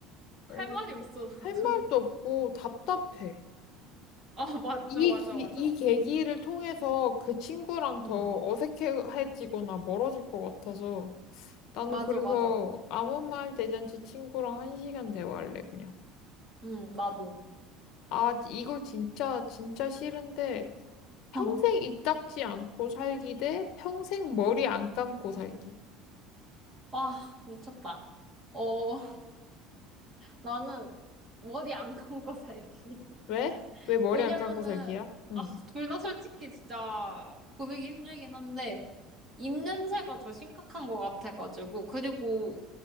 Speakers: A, on the right; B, on the left.
A: 할
B: 어,
A: 말이 없어, 나도.
B: 할 말도
A: <laughs>
B: 없고 답답해.
A: 아, 맞아,
B: 이,
A: 맞아,
B: 기-
A: 맞아.
B: 이 계기를 통해서 그 친구랑
A: 응,
B: 더 어색해지거나 멀어질 것 같아서 나는
A: 맞아,
B: 그래서
A: 맞아.
B: 아무 말 대잔치 친구랑 한 시간 대화할래 그냥.
A: 응, 나도.
B: 아 이거 진짜 진짜 싫은데 평생
A: <laughs>
B: 이 닦지 않고 살기 대 평생 머리 안 감고 살기.
A: 와, 미쳤다. 어, 나는 머리 안 감고 살기.
B: 왜? 왜 머리
A: 왜냐면은,
B: 안 감고 살기야? 응.
A: 아, 둘 다 솔직히 진짜 고르기 힘들긴 한데, 입냄새가 더 심각한 것 같아가지고, 그리고